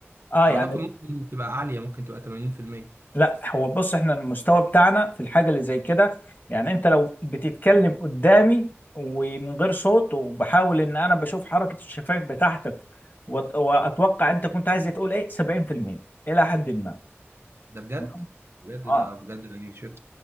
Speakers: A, on the left; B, on the right.
A: اه يعني
B: اعتقد ممكن تبقى عاليه ممكن تبقى 80%
A: لا هو بص احنا المستوى بتاعنا في الحاجة اللي زي كده يعني انت لو بتتكلم قدامي ومن غير صوت وبحاول ان انا بشوف حركة الشفايف بتاعتك وأت- واتوقع انت كنت عايز تقول ايه 70% الى حد ما
B: ده بجد
A: تمام
B: بجد
A: اه
B: ده بجد ده نيشت